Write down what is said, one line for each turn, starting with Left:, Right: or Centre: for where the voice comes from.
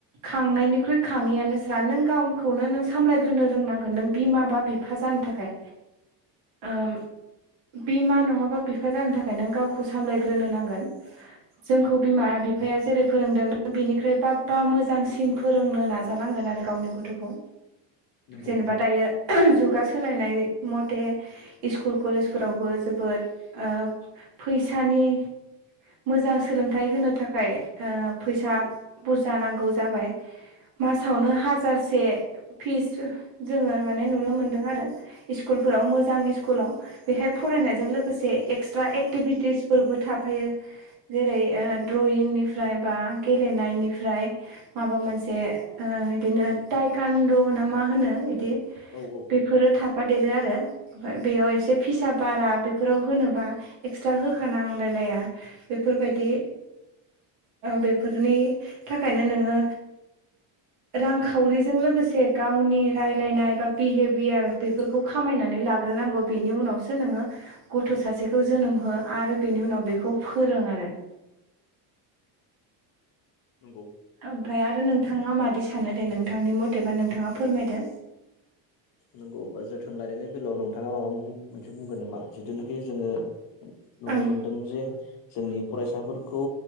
Right: खांनायनिख्रुइ खाङैआनो स्रा नों गावखौनो नों सामलायग्रोनो रोंनांगोन नों बिमा बा बिफ फा जानो थाखाय ओम बिमा नङाबा बिफा जानो थाखाय नों गाव खौ सामलायग्रोनो नांगोन‌। जोंखौ बिमा बिफाया जेरै फोरोंदों नों बिनिख्रुय बाबबा मोजांसिन फोरोंनो नाजानांगोन। आरो गावनि गथ'खौ
Left: नंगौ
Right: जेनेबा दायो जुगा सोलायनाय मथे स्कुल कलेजफोरावबो जोबोद ओ फैसानि मोजां सोलोंथाइ होनो थाखाय ओ फैसा बुरजा नांगौ जाबाय। मासावनो हाजारसे फिस जोङो माने नुनो मोनदों आरो स्कुल फोराव मोजां स्कुलाव बेवहाय फरायनायजों लोगोसे एक्सट्रा एक्टिभिटिसफोरबो थाफैयो जेरै ओ द्रयिंनिफ्राय बा गेलेनायनिफ्राय माबा मोनसे ओ बिदिनो टाइकान्ड' ना मा होनो बिदि
Left: औ औ
Right: बेफोरो थाफादेरो आरो ओमफ्राय बेयाव एसे फिसा बारा बेफोराव होनोबा एक्सट्रा होखानांलायलाया बेफोरबायदि बेफोरनि थाखायनो नोङो रांखावरिजों लोगोसे गावनि रायलायनाय बा बिहेभियार बेफोरखौ खामायना नानै लाग्रोनांगौ बेनि उनावसो नोङो गथ' सासेखौ जोनोम हो आरो बेनि उनाव बेखौ फोरों आरो।
Left: नंगौ।
Right: ओमफ्राय आरो नोंथाङा मादि सानो दे नोंथांनि मथेबा नोंथाङा फोरमायदो।
Left: नंगौ बा जोथोन लायनायनि बेलायाव नोंथाङा माबा मोनसे बुंगोन नामा जिथुनिखि जोङो नुनो
Right: ओं
Left: मोनदोंं जे जोंनि फरायसाफोरखौ